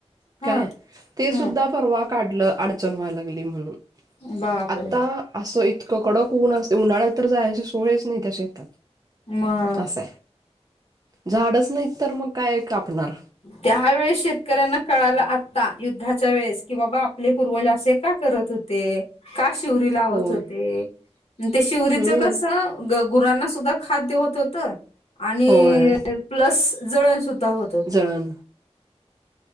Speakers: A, on the left (about 65°); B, on the right (about 35°).
A: हा
B: काय ते
A: हम्म
B: सुद्धा परवा काढलं अडचन व्हायां लागली म्हणून,
A: बापरे
B: आता असं इत कडक ऊन असंतय, उन्हाळ्यात तर जायाची सोयच नाही त्या शेतात,
A: मग
B: अस. झाडच नाहीत तर मग काय कापणार?
A: त्या वेळेस शेतकऱ्यांना कळालं आता युद्धाच्या वेळेस, की बाबा आपले पूर्वज असे का करत हो ते का शिवरी लावत
B: होय.
A: होते, ते शिवरीचं
B: हम्म.
A: कसं ग गुरांना सुद्धा खाद्य होत होत, आणि
B: होय.
A: प्लस जळण सुद्धा होत
B: जळन.